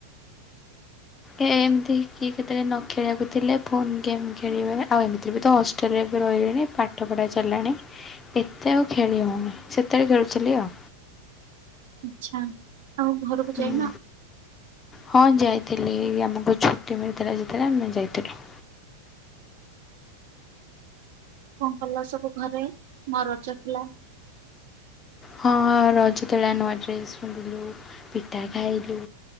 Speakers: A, on the left; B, on the right.
A: ଏମିତି କିଏ କେତେବେଳେ ନ ଖେଳିବାକୁ ଥିଲେ ଫୋନ୍ ଗେମ୍ ଖେଳିବାରେ ଆଉ ଏମିତିରେ ବି ତ ହଷ୍ଟେଲରେ ବି ରହିଲେଣି। ପାଠ ପଢ଼ା ଚାଲିଲାଣି ଏତେ ଆଉ ଖେଳିିହଉନି ସେତେବେଳେ ଖେଳୁଥିଲି ଆଉ।
B: ଆଚ୍ଛା ଆଉ ଘରକୁ
A: ହୁଁ
B: ଯାଇନ?
A: ହଁ ଯାଇଥିଲି ଆମକୁ ଛୁଟି ମିଳିଥିଲା ଯେତେବେଳେ ଆମେ ଯାଇଥିଲୁ।
B: କଣ କଲ ସବୁ ଘରେ ମରଜ ଥିଲା?
A: ହଁ ରଜତଳା ନୂଆ ଡ୍ରେସ୍ ପିନ୍ଧିଲୁ ପିଠା ଖାଇଲୁ।